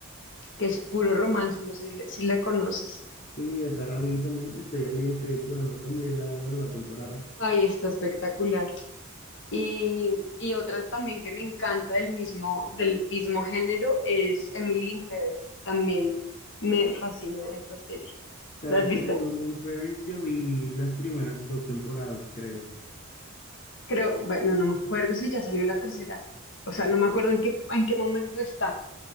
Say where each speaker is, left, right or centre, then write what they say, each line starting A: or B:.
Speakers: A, on the left; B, on the left.
A: que es puro romance, no sé si la si la conoces.
B: Sí, esa la vi también, estoy al día, estoy esperando también la, la nueva temporada.
A: Ay, está espectacular. Y, y otra también que me encanta del mismo, del mismo género es Emily in Paris. También me fascina esa serie.
B: ¿Sabes
A: ¿La has
B: qué?
A: visto?
B: De Emily in Paris yo vi las primeras dos temporadas, creo.
A: Creo, bueno, no me acuerdo si ya salió la tercera. O sea, no me acuerdo en qué, en qué momento está.